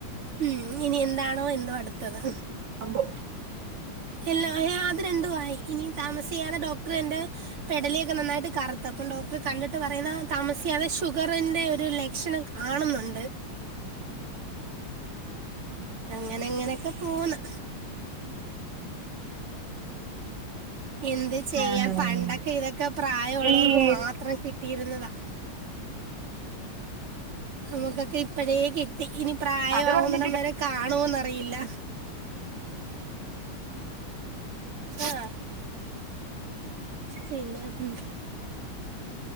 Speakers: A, on the right; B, on the right.
A: ഉം ഇനി എന്താണോ എന്തോ അടുത്തത്
B: അങ്കോ
A: എല്ലാ ആഹ് അത് രണ്ടും ആയി ഇനി താമസിയാതെ ഡോക്ടറെന്റെ പെടലിയൊക്കെ നന്നായിട്ട് കറുത്ത് അപ്പൊ ഡോക്ടർ കണ്ടിട്ട് പറയുന്ന താമസിയാതെ ഷുഗറിന്റെ ഒരു ലക്ഷണം കാണുന്നുണ്ട് അങ്ങന അങ്ങനെയൊക്കെ പോന്ന് എന്ത് ചെയ്യാൻ
B: ഉം ഉം
A: പണ്ടൊക്കെ ഇതൊക്കെ പ്രായം ഉള്ളോർക്ക്
B: ഈ
A: മാത്രം കിട്ട് ട്ടിയിരുന്നതാ നമുക്കൊക്കെ പ്പഴേ കിട്ടി ഇനി പ്രായമാവൂന്നടം
B: അത് പറഞ്ഞ
A: വരെ കാണോന്നറിയില്ല ആ പിന്നെ ഹും